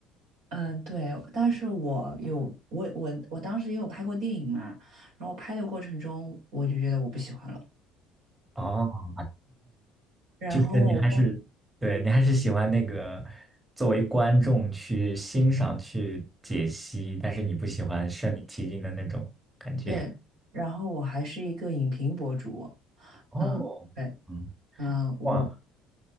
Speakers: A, on the right; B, on the right.
A: 嗯，对，但是我有我我我当时也有拍过电影嘛，然后拍的过程中我就觉得我不喜欢了。
B: 哦
A: 然后，
B: 就是你还是，对，你还是喜欢那个作为观众去欣赏、去解析，但是你不喜欢身临其境的那种感觉。
A: 对，然后我还是一个影评博主，
B: 哦，
A: 嗯，对，
B: 嗯，
A: 嗯，我。
B: 哇。